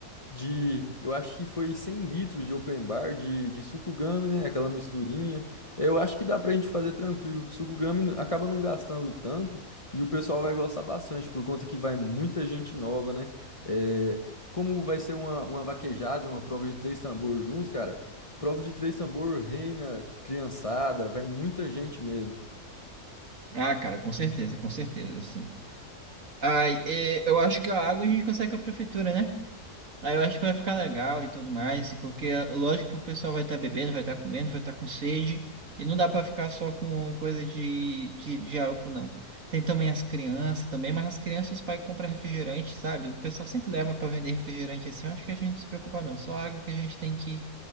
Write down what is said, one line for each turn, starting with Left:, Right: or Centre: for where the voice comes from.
Left: de, eu acho que foi 100 litros de open bar de, de sucugame, né? Aquela misturinha. Eu acho que dá pra gente fazer tranquilo. Sucugame n- acaba não gastando tanto e o pessoal vai gostar bastante, por conta que vai muita gente nova, né? É, como vai ser uma, uma vaquejada e uma prova de três tambor juntos, cara, prova de três tambor reina criançada, vai muita gente mesmo.
Right: Ah, cara, com certeza, com certeza, sim. Ai, é, eu acho que a água a gente consegue com a prefeitura, né? Aí eu acho que vai ficar legal e tudo mais, e porque é lógico que o pessoal vai estar bebendo, vai estar comendo, vai estar com sede, e não dá para ficar só com coisa de, de, de álcool, não. Tem também as crianças também, mas as crianças os pais compram refrigerante, sabe? O pessoal sempre leva para vender refrigerante assim, eu acho que a gente não se preocupa não, só água que a gente tem que